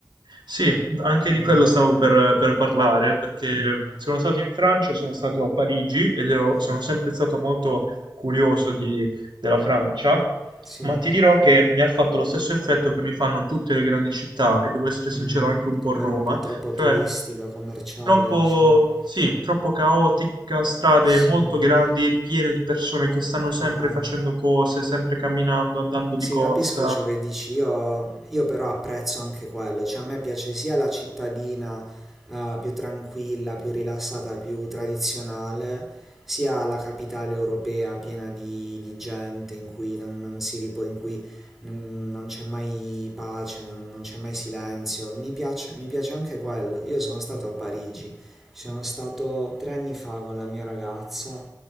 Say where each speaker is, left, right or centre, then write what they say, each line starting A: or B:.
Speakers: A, on the right; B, in the centre.
A: Sì, anche di
B: Mm,
A: quello stavo per, per parlare, perché ehm,
B: mm,
A: sono stato in Francia, sono stato a Parigi ed ero-
B: mm,
A: sono
B: mm.
A: sempre stato molto curioso di- della Francia,
B: Sì.
A: ma ti dirò che mi ha fatto lo stesso effetto che mi fanno tutte le grandi città, e devo essere sincero
B: Mm, mm.
A: anche un po'
B: Ovvero
A: Roma,
B: un po' troppo
A: cioè
B: turistica, commerciale,
A: troppo,
B: diciamo.
A: sì, troppo caotica, strade
B: Sì.
A: molto grandi, piene di persone che stanno sempre
B: Ah, ah.
A: facendo cose, sempre camminando, andando di
B: Sì,
A: corsa.
B: capisco ciò che dici, io, io però apprezzo anche quello, cioè a me piace sia la cittadina eh, più tranquilla, più rilassata, più tradizionale, sia la capitale europea piena di, di gente in cui non, non si ripo, in cui mm, non c'è mai pace, non, non c'è mai silenzio, mi piace, mi piace anche quello, io sono stato a Parigi, ci sono stato tre anni fa con la mia ragazza.